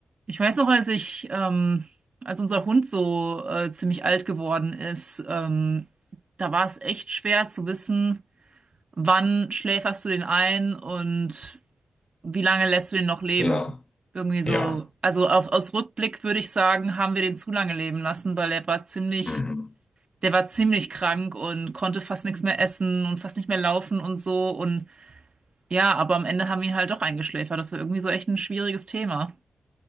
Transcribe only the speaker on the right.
Ich weiß noch, als ich, ähm, als unser Hund so äh, ziemlich alt geworden ist, ähm, da war es echt schwer zu wissen, wann schläferst du den ein und wie lange lässt du den noch leben.
Irgendwie so,
also auf, aus Rückblick würde ich sagen, haben wir den zu lange leben lassen, weil er war ziemlich,
der war ziemlich krank und konnte fast nichts mehr essen und fast nicht mehr laufen und so. Und ja, aber am Ende haben wir ihn halt doch eingeschläfert. Das war irgendwie so echt ein schwieriges Thema.